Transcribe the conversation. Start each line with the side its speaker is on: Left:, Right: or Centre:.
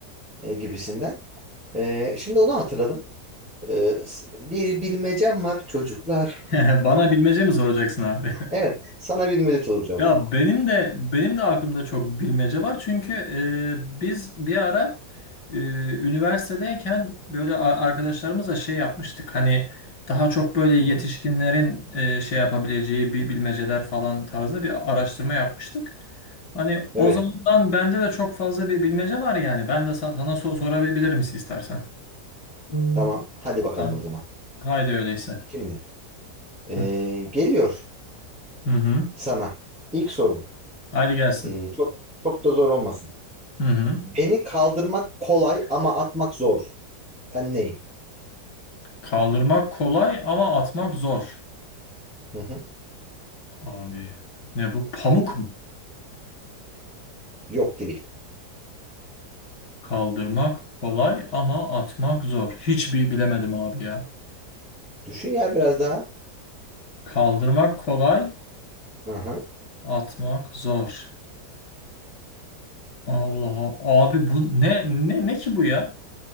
Centre: e, gibisinden. E, şimdi onu hatırladım. Ee, s- bir bilmecem var çocuklar.
Left: <laughs> Bana bilmece mi soracaksın abi? <laughs>
Centre: Evet, sana bilmece soracağım
Left: Ya
Centre: abi.
Left: benim de benim de aklımda çok bilmece var. Çünkü e, biz bir ara e, üniversitedeyken böyle a- arkadaşlarımızla şey yapmıştık. Hani daha çok böyle
Centre: Hı-hı.
Left: yetişkinlerin e, şey yapabileceği bir bilmeceler falan tarzda bir araştırma yapmıştık. Hani
Centre: Evet,
Left: o zamandan bende de çok fazla bir bilmece var yani. Ben de sa- sana so- sorabilirim is- istersen. Hmm.
Centre: tamam. Hadi bakalım
Left: Tamam.
Centre: o zaman.
Left: Haydi öyleyse.
Centre: Şimdi ee,
Left: Hı
Centre: geliyor
Left: hı. hı.
Centre: sana. İlk sorum.
Left: Hadi gelsin.
Centre: Ee, çok çok da zor olmasın.
Left: Hı hı.
Centre: Beni kaldırmak kolay ama atmak zor. Ben neyim?
Left: Kaldırmak kolay ama atmak zor.
Centre: Hı-hı.
Left: Abi ne bu? Pamuk mu?
Centre: Yok değil.
Left: Kaldırmak kolay ama atmak zor. Hiçbir bilemedim abi ya.
Centre: Düşün ya biraz daha.
Left: Kaldırmak kolay,
Centre: Hı-hı.
Left: atmak zor. Allah abi bu ne ne ne ki bu ya?